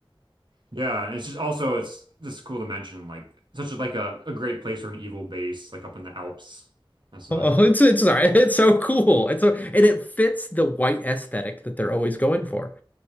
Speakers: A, on the right (about 60°); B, on the left (about 20°).
A: Yeah, and it's just also it's just cool to mention like such a, like a, a great place for an evil base like up in the Alps. That's a
B: Oh, it's it's <laughs> It's so cool. It's so and it fits the white aesthetic that they're always going for.